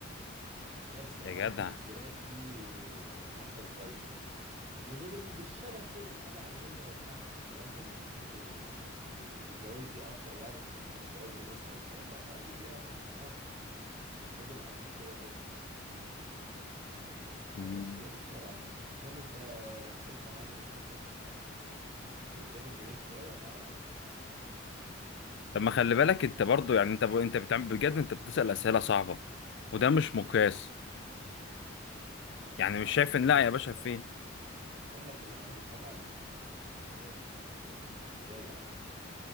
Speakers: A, on the right (about 35°); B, on the left (about 60°).
A: بس يعني
B: يا
A: انا عارف
B: جدع
A: ان الجيران دي احدث جايزة ونوبل بالشبه كده حاجة علمية وبتاع زمان كانوا مهتمين بال... ب- ب- بالجوائز دي اكتر يعني من من جوائز الاوسكار والكلام ده فاكيد دي اقدم حاجة ونوبل قديم كده كده فبس
B: مم.
A: هي بالشبع يعني المهم انت خسرت يا معلم 2-0 وذاكر تاريخ شويه وتعالى لعبني
B: طب ما خلي بالك انت برضو يعني انت ب... انت بتعمل بجد انت بتسأل اسئلة صعبة وده مش مقياس يعني
A: صعبة
B: مش شايف
A: ايه
B: ان
A: يا عم
B: لا
A: ده
B: يا
A: انا
B: باشا
A: بقول لك
B: فين
A: بقول لك اللي اقدم الطبعه ولا الكهرباء بتقول لي الكهرباء ازاي يا عم